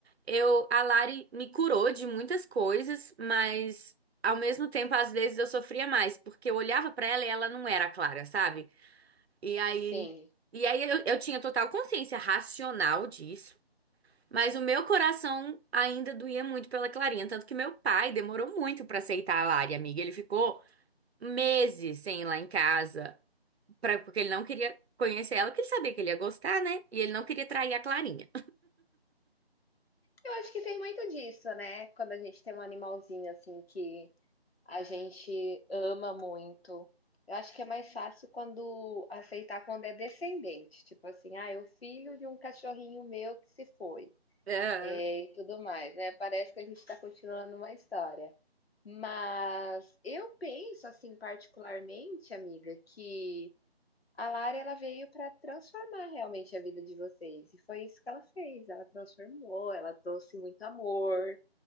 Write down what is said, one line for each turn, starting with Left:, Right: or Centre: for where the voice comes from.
Right: eu, a Lari me curou de muitas coisas, mas ao mesmo tempo, às vezes eu sofria mais, porque eu olhava pra ela e ela não era a Clara, sabe? E aí,
Left: sim.
Right: e aí eu, eu tinha total consciência racional disso, mas o meu coração ainda doía muito pela Clarinha, tanto que meu pai demorou muito pra aceitar a Lari, amiga. Ele ficou meses sem ir lá em casa, pra, porque ele não queria conhecer ela, porque ele sabia que ele ia gostar, né? E ele não queria trair a Clarinha.
Left: Eu acho que tem muito disso, né, quando a gente tem um animalzinho, assim, que a gente ama muito. Eu acho que é mais fácil quando aceitar quando é descendente, tipo assim, ah, é o filho de um cachorrinho meu que se foi,
Right: Ah,
Left: eh, e tudo mais, né. Parece que a gente está continuando uma história. Mas eu penso, assim, particularmente, amiga, que a Lara ela veio para transformar realmente a vida de vocês, e foi isso que ela fez, ela transformou, ela trouxe muito amor.